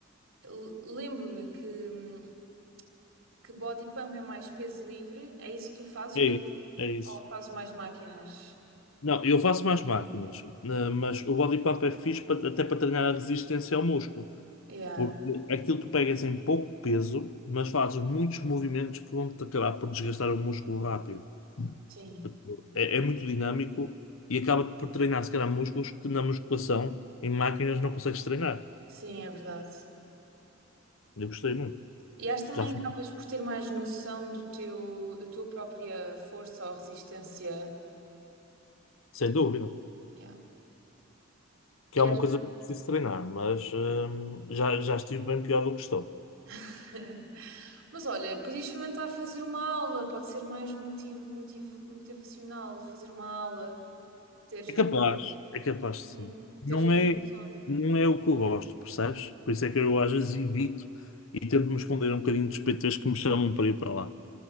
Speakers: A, on the right; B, on the left.
A: L- Lembro-me que, hum, que body pump é mais peso livre, é isso que tu fazes,
B: É
A: peso,
B: isso, é isso.
A: ou fazes mais máquinas?
B: Não, eu faço mais máquinas, né, mas o body pump é fixe pa- até para treinar a resistência ao músculo,
A: Yeah,
B: porque aquilo tu pegas em pouco peso, mas fazes muitos movimentos que vão-te acabar por desgastar o músculo rápido.
A: sim,
B: Tipo, É, é muito dinâmico e acaba por treinar, se calhar, músculos que na musculação, em máquinas, não consegues treinar.
A: sim, é verdade.
B: Eu gostei muito,
A: E acho também
B: já fico,
A: que acabas por ter mais noção do teu, da tua própria força ou resistência.
B: sem
A: Tipo,
B: dúvida.
A: yeah.
B: Que
A: E
B: é uma
A: acho.
B: coisa que preciso treinar, mas hum, já, já estive bem pior do que estou.
A: <laughs> Mas olha, podias experimentar fazer uma aula, pode ser mais motiv motiv motivacional fazer uma aula, teres,
B: É capaz, é capaz de sim.
A: um- teres
B: Não
A: um
B: é,
A: professor.
B: não é o que eu gosto, percebes? Por isso é que eu às vezes evito e tento me esconder um bocadinho dos PTs que me chamam para ir para lá.